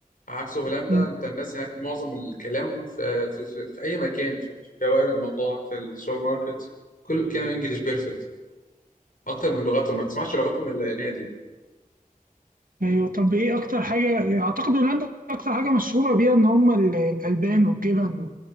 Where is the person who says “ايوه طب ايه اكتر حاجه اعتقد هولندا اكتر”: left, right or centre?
Right